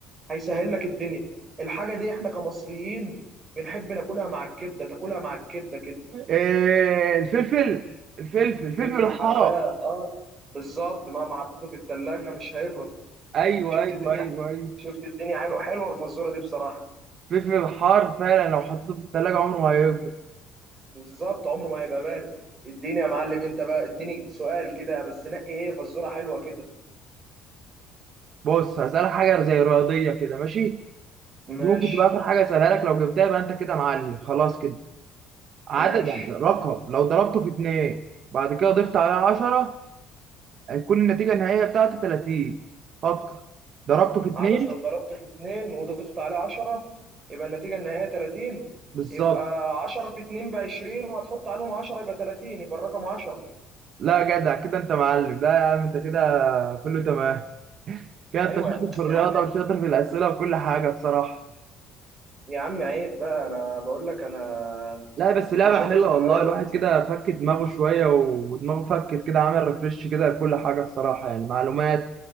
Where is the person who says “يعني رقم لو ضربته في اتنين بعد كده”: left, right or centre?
Right